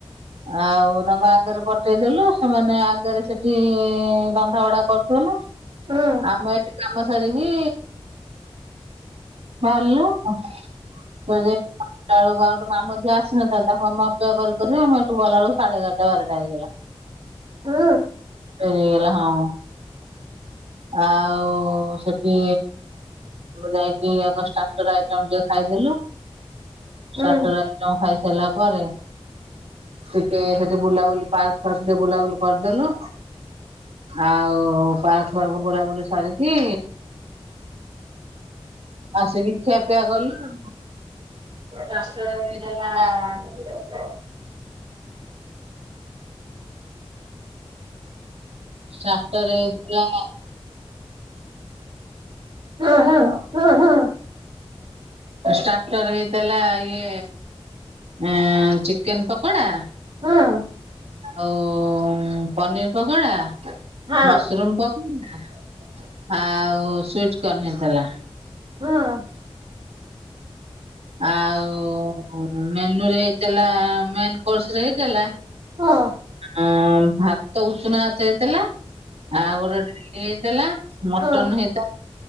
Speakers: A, on the right; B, on the right.
A: ଆଉ ତାଙ୍କୁ ଆଗରେ ପଠେଇ ଦେଲେ ସେମାନେ ଆଗରେ ସେଠି ରନ୍ଦା ଭଡା କରୁଥିଲେ।
B: ହଁ
A: ଆମେ ଏଠି କାମ ସାରିକି ବାହାରିଲ ମାନେ ପା ଟା ବେଳକୁ ଆଉ ଗୋଟେ ମାମୁଁ ଝିଅ ଆସିନଥିଲା ତାକୁ ଆମେ ଅପେକ୍ଷା କରି କରି ଆମେ ଏଠୁ ଗଲାବେଳୁ ସାଢେ ଏଗାରଟ ବାରଟା ହେଇଗଲା।
B: ହୁଁ।
A: ଡେରି ହେଇଗଲା ହଁ। ଆଉ ସେଠି ଯାଇକି ଆଗ ଷ୍ଟାଟର ଆଇଟମ ଟିକେ ଖାଇଦେଲୁ। ଷ୍ଟାଟର
B: ହଁ
A: ଆଇଟମ୍ ଖାଇସାରିଲା ପରେ ଟିକେ ସେଠି ବୁଲାବୁଲି ପାର୍କ ଫାଷ୍ଟ ଟିକେ ବୁଲାବୁଲି କରିଦେଲୁ। ଆଉ ପାର ବୁଲାବୁଲି ସାରିକି ଆସି କି ଖିଆପିଆ କଲୁ ଆଉ।
B: <unintelligible>
A: ହେଇଥିଲା ଷ୍ଟାଟର ହେଇଥିଲା
B: ହଁ ହଁ ହଁ ହଁ।
A: ଷ୍ଟାଟର ହେଇଥିଲା ଇଏ ଏ ଚିକେନ ପକୋଡା
B: ହଁ।
A: ଆଉ ପନିର ପକୋଡା
B: ହଁ
A: ମସରୁମ ପକ ଆଉ ସୁଇଟ କର୍ଣ ହେଇଥିଲା।
B: ହଁ।
A: ଆଉ ମେନୁରେ ହେଇଥିଲା ମେନ କୋର୍ସରେ ହେଇଥିଲା।
B: ହଁ
A: ଆ ଭାତ ଉଷୁନା ଭାତ ହେଇଥିଲା ଆଉ ଗୋଟେ ହେଇଥିଲା ମଟନ୍
B: ହଁ
A: ହେଇ